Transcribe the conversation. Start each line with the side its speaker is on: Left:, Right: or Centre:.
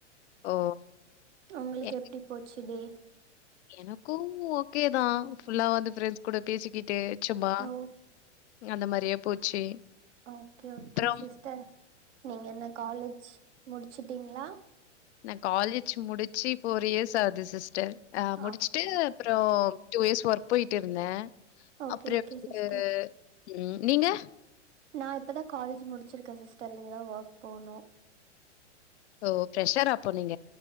Left: ஓ!
Right: உங்களுக்கு
Left: என்
Right: எப்படி போச்சுடே
Left: எனக்கும் ஓக்கே தான் ஃபுல்லா வந்து ஃபிரெண்ட்ஸ் கூட பேசிக்கிட்டு சும்மா
Right: ஓ
Left: அந்த மாதிரியே போச்சு
Right: ஓக்கே ஓக்கே
Left: அப்புறம்
Right: சிஸ்டர் நீங்க என்ன காலேஜ் முடிச்சுட்டீங்களா
Left: நான் காலேஜ் முடிச்சு ஃபோர் இயர்ஸ் ஆகுது சிஸ்டர் முடிச்சுட்டு
Right: ஆ
Left: அப்புறம் டூஇயர்ஸ் ஒர்க் போயிட்டு இருந்தேன்
Right: ஓகே
Left: அப்புறம்
Right: ஓகே
Left: வந்து
Right: சிஸ்டர்
Left: உம் நீங்க
Right: நான் இப்பதான் காலேஜ் முடிச்சிருக்கேன் சிஸ்டர் இனிதான் ஒர்க் போனும்
Left: ஓ பெரெஷராப்போ நீங்க